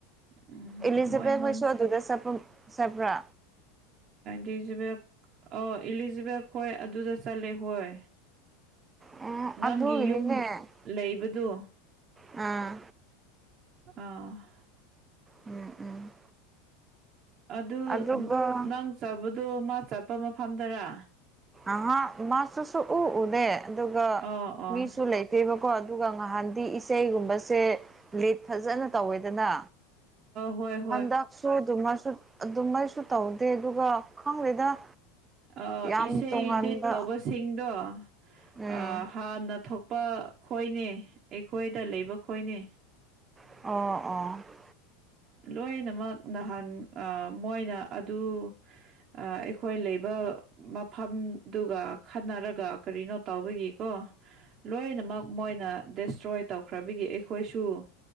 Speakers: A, on the right; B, on the right.
A: ꯎꯝ
B: ꯏꯂꯤꯖꯕꯦꯠ
A: ꯃꯣꯏꯉꯣꯟ
B: ꯍꯣꯏꯁꯨ ꯑꯗꯨꯗ ꯆꯠꯄ ꯆꯠꯄ꯭ꯔꯥ
A: ꯏꯂꯤꯖꯕꯦꯠ ꯑ‌ꯣ ꯏꯂꯤꯖꯕꯦꯠ ꯍꯣꯏ ꯑꯗꯨꯗ ꯆꯠꯂꯦ ꯍꯣꯏ
B: ꯎꯝ
A: ꯅꯪꯒꯤ
B: ꯑꯗꯨꯒꯤꯅꯤꯅꯦ
A: ꯌꯨꯝ ꯂꯩꯕꯗꯨ
B: ꯑꯥ
A: ꯑ
B: ꯎꯝ ꯎꯝ
A: ꯑꯗꯨ
B: ꯑꯗꯨꯒ
A: ꯅꯪ ꯆꯥꯕꯗꯣ ꯃꯥ ꯆꯠꯄ ꯃꯐꯝꯗꯔ
B: ꯑꯍ ꯃꯥꯁꯨꯁꯨ ꯎꯎꯗꯦ ꯑꯗꯨꯒ
A: ꯑꯣ ꯑꯣ
B: ꯃꯤꯁꯨ ꯂꯩ ꯐꯠꯇꯦꯕꯀꯣ ꯑꯗꯨꯒ ꯉꯍꯥꯟꯗꯤ ꯏꯁꯩꯒꯨꯝꯕꯁꯦ ꯂꯤꯠ ꯐꯖꯅ ꯇꯧꯋꯦꯗꯅ
A: ꯍꯣꯏ ꯍꯣꯏ
B: ꯍꯟꯗꯛꯁꯨ ꯑꯗꯨꯃꯥꯏꯁꯨ ꯑꯗꯨꯃꯥꯏꯁꯨ ꯇꯧꯗꯦ ꯑꯗꯨꯒ ꯈꯪꯗꯦꯗ
A: ꯑ
B: ꯌꯥꯝ
A: ꯏꯁꯩ
B: ꯇꯣꯉꯥꯟꯕ
A: ꯂꯤ ꯂꯤꯠ ꯇꯧꯕꯁꯤꯡꯗꯣ
B: ꯎꯝ
A: ꯑ ꯍꯥꯟꯅ ꯊꯣꯛꯄ ꯈꯣꯏꯅꯦ ꯑꯩꯈꯣꯏꯗ ꯂꯩꯕ ꯈꯣꯏꯅꯦ
B: ꯑꯣ ꯑꯥ
A: ꯂꯣꯏꯅꯃꯛ ꯅꯍꯥꯟ ꯑ ꯃꯣꯏꯅ ꯑꯗꯨ ꯑꯩꯈꯣꯏ ꯂꯩꯕ ꯃꯐꯝꯗꯨꯒ ꯈꯟꯅꯔꯒ ꯀꯔꯤꯅꯣ ꯇꯧꯕꯒꯤꯀꯣ ꯂꯣꯏꯅ ꯃꯣꯏꯅ ꯗꯦꯁꯇ꯭ꯔꯣꯏ ꯇꯧꯈ꯭ꯔꯕꯒꯤ ꯑꯩꯈꯣꯏꯁꯨ